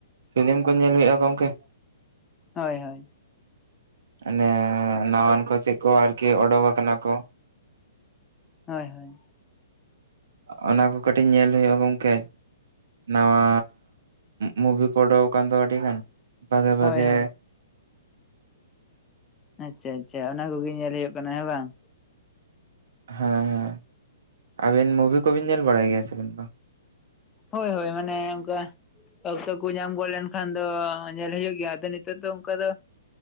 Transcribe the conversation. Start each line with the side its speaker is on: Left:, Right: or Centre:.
Right: ᱯᱷᱤᱞᱤᱢ ᱠᱚ ᱧᱮᱞ ᱦᱳᱭᱳᱜᱼᱟ ᱜᱚᱝᱠᱮ ᱾
Left: ᱦᱳᱭ ᱦᱳᱭ,
Right: ᱱᱮᱭᱟ ᱱᱟᱣᱟᱱ ᱠᱚ ᱪᱮᱜ ᱠᱚ ᱟᱨᱠᱤ ᱚᱰᱚᱠ ᱟᱠᱟᱱᱟ ᱠᱚ᱾
Left: ᱦᱳᱭ ᱦᱳᱭ᱾
Right: ᱚᱱᱟ ᱠᱚ ᱠᱟᱹᱴᱤᱡ ᱧᱮᱞ ᱦᱳᱭᱳᱜ-ᱟ ᱜᱚᱝᱠᱮ᱾ ᱱᱟᱣᱟ ᱢᱩᱵᱷᱤ ᱠᱚ ᱳᱰᱳᱠ ᱟᱠᱟᱱ ᱫᱚ ᱟᱹᱰᱤ ᱜᱟᱱ ᱵᱷᱟᱜᱮ ᱵᱷᱟᱜᱮ
Left: ᱦᱳᱭ ᱦᱳᱭ ᱟᱪᱪᱷᱟ ᱟᱪᱪᱷᱟ ᱚᱱᱟ ᱠᱚᱜᱮ ᱧᱮᱞ ᱦᱳᱭᱳᱜ ᱠᱟᱱᱟ ᱦᱮᱸ ᱵᱟᱝ?
Right: ᱦᱮᱸ, ᱟᱹᱵᱤᱱ ᱢᱩᱵᱷᱤ ᱠᱚᱵᱤᱱ ᱧᱮᱞ ᱵᱟᱲᱟᱭ ᱜᱮᱭᱟ ᱥᱮ ᱵᱮᱱ ᱵᱟᱝ?
Left: ᱦᱳᱭ ᱦᱳᱭ ᱢᱟᱱᱮ ᱚᱝᱠᱟ ᱚᱠᱥᱚ ᱠᱩ ᱧᱟᱢ ᱜᱚᱫ ᱞᱮᱱᱠᱷᱟᱱ ᱫᱚ ᱧᱮᱞ ᱦᱩᱭᱩᱜ ᱜᱮᱭᱟ ᱟᱫᱚ ᱱᱤᱛᱚᱜ ᱫᱚ ᱚᱱᱠᱟ ᱫᱚ